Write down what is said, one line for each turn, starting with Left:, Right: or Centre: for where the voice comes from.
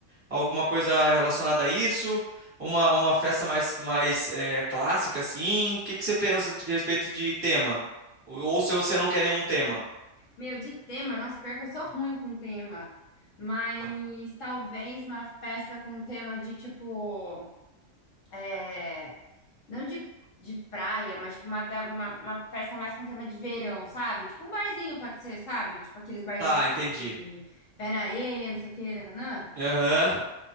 Right: Alguma coisa relacionada a isso? Uma, uma festa mais, mais é, clássica, assim? O que que você pensa de respeito de tema? Ou, ou se você não quer nenhum tema?
Left: Meu, de tema, nossa, pior que eu sou ruim com tema. Mas talvez uma festa com tema de tipo, é, não de, de praia, mas tipo, uma, te- uma, uma festa mais com tema de verão, sabe? Tipo um barzinho pode ser, sabe? Tipo aqueles barzinhos
Right: Tá, entendi.
Left: de pé na areia, não sei o que, nananã.
Right: Aham.